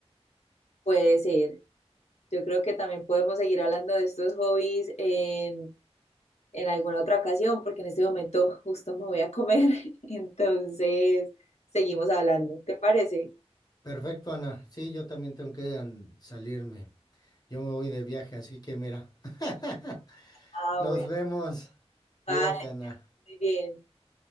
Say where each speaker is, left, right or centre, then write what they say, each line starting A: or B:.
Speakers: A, on the left; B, on the left.
A: Puede ser. Yo creo que también podemos seguir hablando de estos hobbies en, en alguna otra ocasión, porque en este momento <laughs> justo me voy a comer. <laughs> Entonces, seguimos hablando. ¿Te parece?
B: Perfecto, Ana. Sí, yo también tengo que an- salirme. Yo me voy de viaje, así que mira. <laughs>
A: Ah,
B: Nos
A: bueno,
B: vemos.
A: vale,
B: Cuídate, Ana.
A: muy bien.